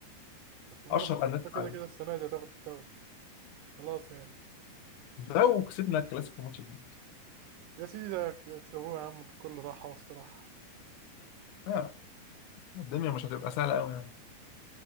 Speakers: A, on the right; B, on the left.
A: بس أظن
B: اشهر
A: برشلونة
B: انديه في العالم
A: كده كده السنة دي هتاخد الدوري خلاص يعني
B: لو كسبنا الكلاسيكو الماتش الجاي
A: يا سيدي ده يك- يكسبوها يا عم بكل راحة واستراحة
B: آه، الدنيا مش هتبقى سهله قوي يعني